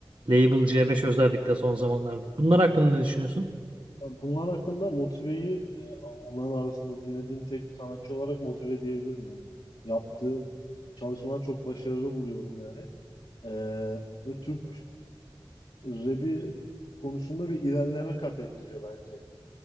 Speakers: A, on the right (about 60°); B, on the left (about 85°).
A: Label C5 özellikle son zamanlarda. Bunlar hakkında ne düşünüyorsun?
B: Bunlar hakkında Motive'yi ee, onların arasında dinlediğim tek sanatçı olarak Motive diyebilirim yani. Yaptığı çalışmalar çok başarılı buluyorum yani. Ee, ve Türk rap'i konusunda bir ilerleme kat ettiriyor bence.